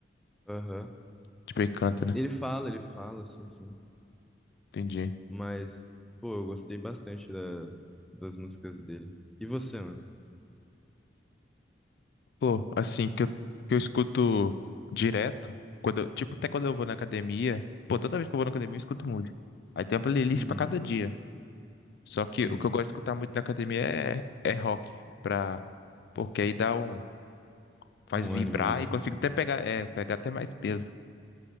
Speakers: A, in the centre; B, on the left (about 65°).
A: Aham.
B: Tipo, ele canta, né?
A: Ele fala, ele fala, sim, sim.
B: Entendi.
A: Mas, pô, eu gostei bastante da, das músicas dele. E você, mano?
B: Pô, assim, que eu, que eu escuto direto, quando eu- tipo, até quando eu vou na academia, pô, toda vez que eu vou na academia eu escuto música. Aí tem uma playlist
A: Uhum.
B: pra cada dia. Só que
A: Sim,
B: o que eu gosto de escutar muito na academia é, é rock, pra, porque aí dá um, faz
A: um
B: vibrar
A: ânimo ali, né?
B: e consigo até pegar, é, pegar até mais peso.